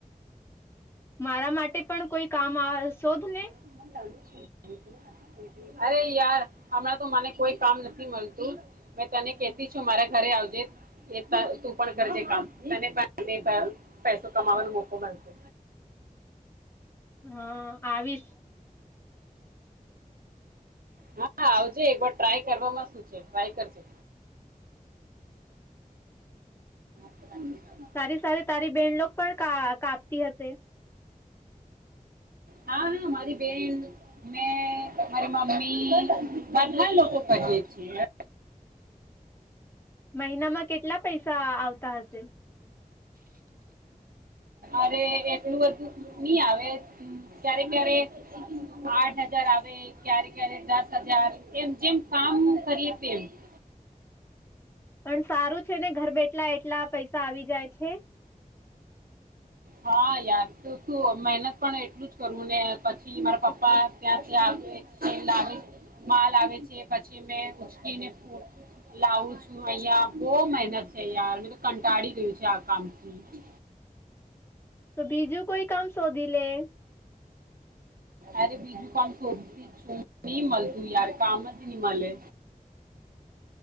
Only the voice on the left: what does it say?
મારા માટે પણ કોઈ કામ શોધ ને
હા આવીશ.
<inaudible>
તારી સાથે તારી બેહેન લોક પણ કાપતી હશે.
મહિનામાં કેટલા પૈસા આવતા હશે.
પણ સારું છે ને ઘર બેઠલા એટલા પૈસા આવી જાય છે.
તો બીજું કોઈ કામ શોધી લે.